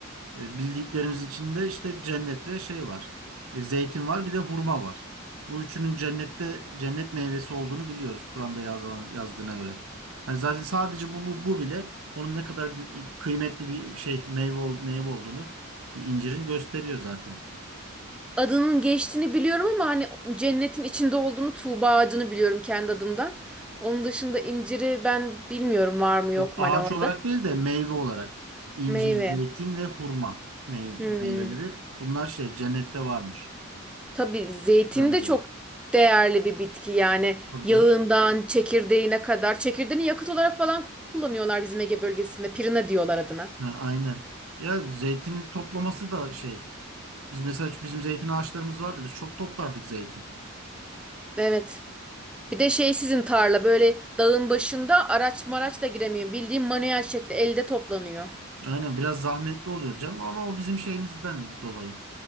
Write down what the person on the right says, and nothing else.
E, bildiklerimiz içinde işte cennet ve şey var. E, zeytin var bir de hurma var. Bu üçünün cennette cennet meyvesi olduğunu biliyoruz Kur'an'da yazan, yazdığına göre. Hani zaten sadece bu, bu, bu bile onun ne kadar gü- kıymetli bir şey meyve, ol- meyve olduğunu e, incirin gösteriyor zaten.
O ağaç
olarak değil de meyve olarak incir,
zeytin ve hurma mey-
meyveleri bunlar şey cennette varmış
Kur'an'a
göre.
Tabii
canım.
Ha, aynen. Ya zeytinin toplaması da şey Biz mesela bizim zeytin ağaçlarımız vardı. Biz çok toplardık zeytin.
Aynen biraz zahmetli oluyor canım ama o bizim şeyimizden dolayı.